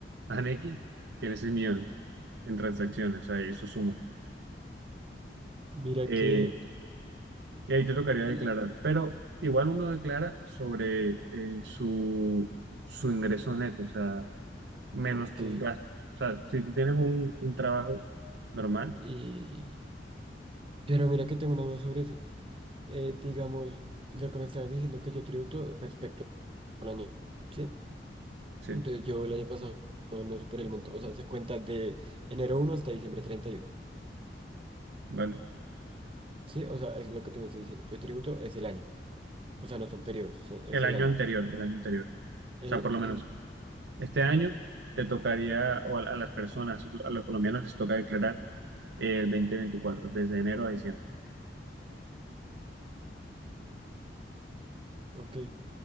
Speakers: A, on the right; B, on the right.
A: a Nequi, tienes 6 millones en transacciones, o sea, y eso suma.
B: Mira
A: eh,
B: que,
A: y ahí te tocaría
B: eh,
A: declarar. Pero igual uno declara sobre eh, su, su ingreso neto, o sea, menos
B: ok,
A: tus gastos. O sea, si tú tienes un, un trabajo normal,
B: y... Pero mira que tengo una duda sobre eso. Eh, digamos, lo que me estabas diciendo que yo tributo respecto al año, ¿sí?
A: sí,
B: Entonces yo el año pasado no superé el monto, o sea, se cuenta de enero uno hasta diciembre treinta y uno
A: vale.
B: ¿sí? O sea, eso es lo que tú me estás diciendo. Yo tributo es el año, o sea, no son
A: Sí.
B: periodos, son- es
A: El
B: el
A: año
B: año.
A: anterior, el año anterior. O
B: Eh,
A: sea, por
B: y,
A: lo menos este año te tocaría, o a, a las personas, a los colombianos les toca declarar el 2024 desde enero a diciembre.
B: ok, eh,